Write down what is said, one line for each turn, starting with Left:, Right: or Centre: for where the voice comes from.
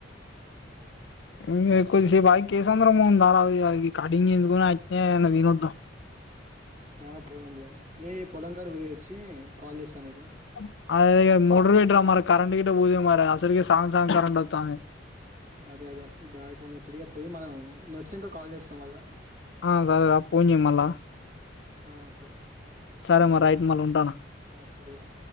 Left: ఇ ఎక్కుద్దిసేపుయి కేసు అందర మం దార కటింగ్ చేయించుకుని అట్లే ఏమన్నా తినొద్దాం
Right: ఆ పోదాం పోదం నీ పొలంకాడి పోయి వచ్చి కాల్ చేస్తా నీ
Left: <unintelligible> ఆ ఇగ మూడ్రోజుల ఇట్రా మన కరెంట్ గిట్ట బోతే మరి అసల్కే సగం సగం కరంట్ వొత్తాంది
Right: అదే అదే డాడ్ ఫోన్ జేత్తడిగా పోయి మనం నువ్ ఒచ్సింక కాల్ చేస్తా మల్లా
Left: ఆ సరేరా ఫోన్ జేయ్ మళ్ళా
Right: ఆ సరే
Left: సరే మరై మల్ ఉంటాన
Right: ఆ సరేరా